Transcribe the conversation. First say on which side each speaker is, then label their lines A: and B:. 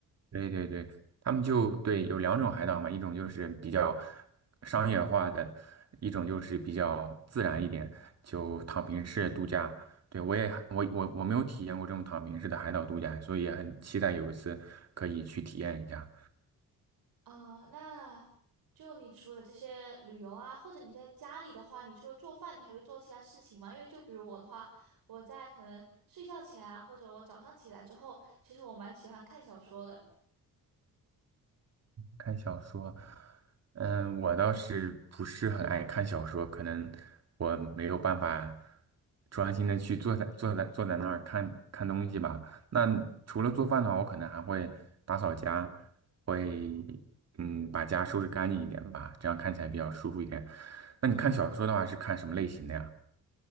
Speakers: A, on the right (about 45°); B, on the right (about 70°).
A: 对对对，他们就对有两种海岛嘛，一种就是比较商业化的，一种就是比较自然一点，就躺平式度假。对，我也我我我没有体验过这种躺平式的海岛度假，所以也很期待有一次可以去体验一下。
B: 啊，那就你除了这些旅游啊，或者你在家里的话，你除了做饭，你还会做其他事情吗？因为就比如我的话，我在可能睡觉前啊，或者我早上起来之后，其实我蛮喜欢看小说的。
A: 看小说，嗯，我倒是不是很爱看小说，可能我没有办法专心的去坐在坐在坐在那儿看看东西吧。那除了做饭的话，我可能还会打扫家，会嗯把家收拾干净一点吧，这样看起来比较舒服一点。那你看小说的话是看什么类型的呀？